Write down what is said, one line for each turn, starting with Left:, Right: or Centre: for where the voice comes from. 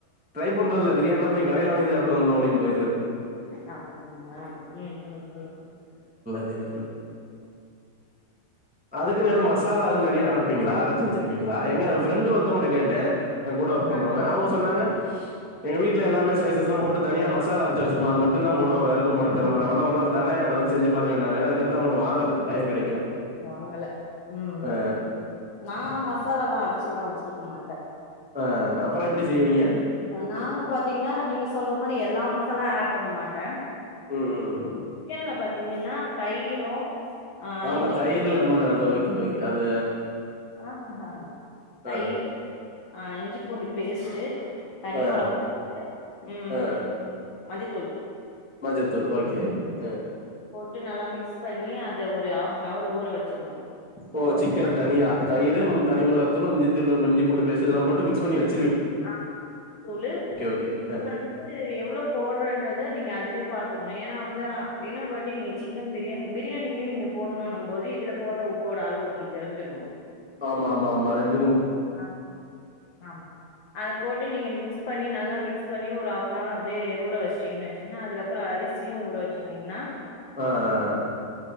Centre: ட்ரை பண்றதுல்ல பிரியாணினா போய் கடையில வாங்கி சாப்ட்டு வந்துருவோ அப்டின்னு போய்றது
Left: சாப்டிங்ளா ம் ம் ம்
Centre: து என்னன்னு அதுக்கு
Left: நா
Centre: எதும் மசாலா எதுவுந் தனியா அரப் பிங்களா அரச்சு வச்சுருப்பீங்களா எங் ஃப்ரெண்டு ஒருத்தவுங்கிட்ட கேட்டே ஏ கூட ஒர்க் பண்றவங்க
Left: ஆ
Centre: அவுங்க சொன்னாங்க எங்க வீட்ல எல்லாமே ஸ்பைஸஸ் எல்லா போட்டு தனியா மசா சாலா அரச்சு வச்சுருப்போ அத மட்டுந்தா போடுவோ வேற எதும் போட தேவல நா வேணா ஒரு நாள் தரே அத வச்சு செஞ்சு பாருங்கனாங்க அதுக்கு அடுத்து அவுங்கட்ட வாங்கல டைம் கெடைக்கல
Left: வாங்கல ம்
Centre: அ
Left: ம் நா மசாலால்லா அரச்சுலா வச் சுக்க மாட்டே
Centre: ஆ அப்பறோ எப்டி செய்வீங்க
Left: நாங்க பாத்தீங்கன்னா நீங்க சொல்ற மாரி எல்லா மசாலா ஆட் பண்ண மாட்டே
Centre: ம் ம் ம்
Left: கீழ பாத்தீங்கன்னா தயிரு ஆ
Centre: ஆமா
Left: இஞ்சி
Centre: தயிரு
Left: பூண்டு
Centre: லெமன்னு அது ஓகே ஓகே அது
Left: ஆ ஹ ஹ ஹ தயிர்
Centre: அ
Left: ஆ இஞ்சி பூண்டு பேஸ்ட்டு தனி
Centre: அ
Left: மொளகா தூளு ம்
Centre: அ
Left: மஞ்சத்தூள்
Centre: மஞ்சத்தூள் ஓகே அ
Left: ட்டு நல்லா மிக்ஸ் பண்ணி அத ஒரு ஹாஃப் நவர் ஊற வச்சுக்கணு
Centre: ஓ
Left: ஊற
Centre: சிக்கன் தனியா தயிரு தனிமிளகத்தூளு இஞ்சித்தூளு இஞ்சி பூண்டு பேஸ் இதெல்லா போட்டு மிக்ஸ் பண்ணி வச்
Left: ஆமா தூலு உ
Centre: ஓகே ஆ
Left: அப்ரோ வந்து எவ்ளோ போட்றோன்றது நீங்க அதுலே பாத் த்துக்கொணு ஏனா வந்தா இன்னொர் வாட்டி நீங்க சிக்கன் பிரிய பிரியாணிலேயு நீங்க போட்ணுன்னும் போது இதுல போடுற உப்போ ஓட அளவு உங்களுக்கு தெரிஞ்சிருக்குணு
Centre: ஆமா ஆமா ஆமா ரெண்
Left: ஆமா ஆமா அத போட்டு நீங்க மிக்ஸ் பண்ணி நல்லா மிக்ஸ் பண்ணி ஒரு ஆஃ நேரோ அப்டியே ஊற வஸ்ட்டீங்ன் நச்சீங்னா அதுக்கப்ரோ அரிசியு ஊர வச்சுகினிங்கனா
Centre: ஆ அ